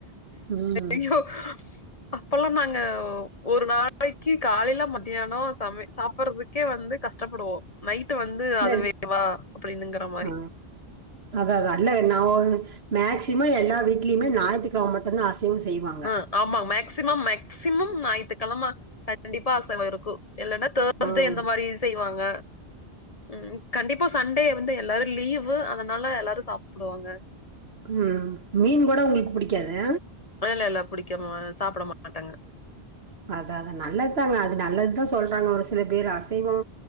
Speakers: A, on the right; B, on the left.
A: ம்
B: ஐயோ அப்பல்லா நாங்க ஒரு நாளைக்கு காலையில மத்தியானோ சமை சாப்புட்றதுக் க்கே வந்து கஷ்டப்படுவோ நைட்டு வந்து
A: இல்ல
B: அதுவேவா அப்டின்னுங்கிற மாரி
A: ஆ அதா அதா இல்ல நா ஒன் மேக்சிமோ எல்லா வீட்லயுமே ஞாயித்திக்கெழம மட்டும்தா அசை அசைவம் செய்வாங்
B: ஆ ஆமா மேக்சிமம் மேக்சிமம் ஞாயித்திகெழம கண்டிப்பா அசைவோ இருக்கோ இல்லனா தேர்ஸ்டே
A: ம்
B: இந்த மாரி செய்வாங்க ம் கண்டிப்பா சண்டே வந்து எல்லாரோ லீவு அதனால எல்லாரோ சாப்புடுவாங்க
A: ம் மீன் கூடோ உங்களுக்கு புடிக்காது
B: அதெல்லா எல்லா புடிக்காம சாப்ட மாட்டாங்க
A: அதா அதா நல்லத்தாங்க அது நல்லத்தா சொல்றாங்க ஒரு சில பேர் அசைவோ